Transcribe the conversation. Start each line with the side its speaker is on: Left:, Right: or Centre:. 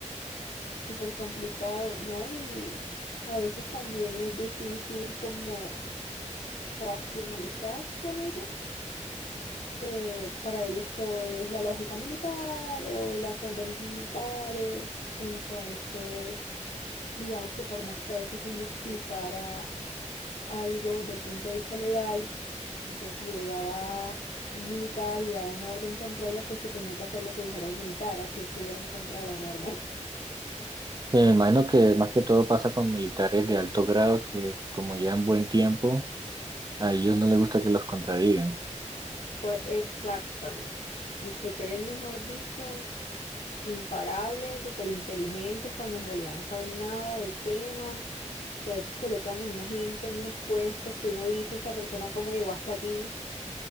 Left: súper complicado, ¿no? Y a veces también es difícil como racionalizar con ellos. Eh, para ellos todo es la lógica militar o las órdenes militares. Entonces, digamos que por más que a veces uno explicara algo del punto de vista legal, entonces si llegaba un militar y daba una orden contraria, pues se tenía que hacer lo que dijera el militar, así estuviera en contra de la norma.
Right: Sí, Me imagino que más que todo pasa con militares de alto grado que como llevan buen tiempo, a ellos no les gusta que los contradigan.
Left: Pues exactamente. Y se creen, mejor dicho, imparables, súper inteligentes, cuando en realidad no saben nada del tema. Y a veces colocan en una gente en unos puestos que uno dice, esta persona cómo llegó hasta aquí.